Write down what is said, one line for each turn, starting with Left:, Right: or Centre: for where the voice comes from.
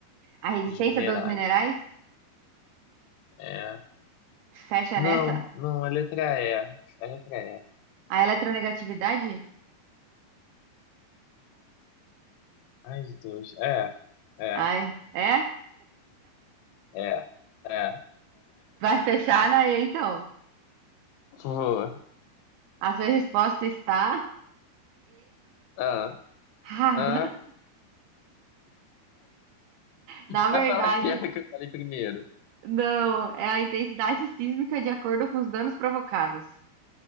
Right: A resistência
Left: dos minerais.
Right: dos minerais
Left: É.
Right: fecha
Left: Não,
Right: nessa?
Left: não, a letra E. A letra E.
Right: A eletronegatividade?
Left: Ai, Deus. É, é,
Right: Ai, é?
Left: é, é.
Right: Vai fechar na E, então.
Left: Pô.
Right: A sua resposta está
Left: Ah,
Right: errada.
Left: ah.
Right: <laughs> Na verdade,
Left: Vai falar que era que eu falei primeiro.
Right: não. É a intensidade sísmica de acordo com os danos provocados.